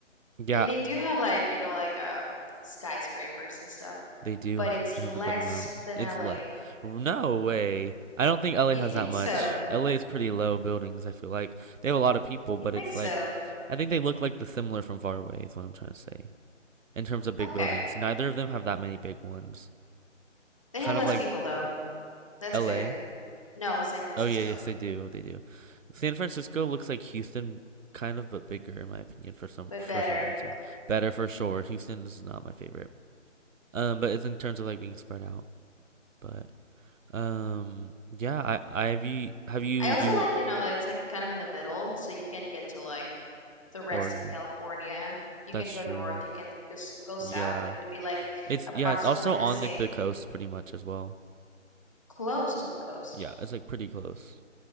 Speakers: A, on the right; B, on the left.
A: yeah,
B: And they do have like, you know, like uh skyscrapers and stuff,
A: they do.
B: but
A: <sighs>
B: it's
A: They
B: less
A: have a good amount.
B: than
A: It's
B: LA.
A: let. No way. I don't think LA
B: You
A: has
B: think
A: that much.
B: so?
A: LA is pretty low buildings, I feel like. They have a lot of people,
B: You
A: but
B: think
A: it's
B: so?
A: like I think they look like the similar from far away is what I'm trying to say. In terms of big
B: Okay.
A: buildings, neither of them have that many big ones.
B: They
A: Kind
B: have
A: of
B: less
A: like
B: people though. That's
A: LA?
B: good. No, San Francisco,
A: Oh yeah, yes they do. They do. San Francisco looks like Houston kind of but bigger in my opinion for some
B: but
A: for
B: better.
A: some reason. Better for sure. Houston is not my favorite. Um but it's in terms of like being spread out. But um yeah, I I have you have you
B: I also
A: do
B: like, you know, that it's like kind of in the middle, so you can get to like the rest
A: Oregon.
B: of California. You
A: That's
B: can go
A: true.
B: north, you can just go south,
A: Yeah.
B: and it would be like
A: It's
B: approximately
A: yeah, it's also
B: the
A: on
B: same
A: like the coast pretty much as well.
B: close to the coast.
A: Yeah, it's like pretty close.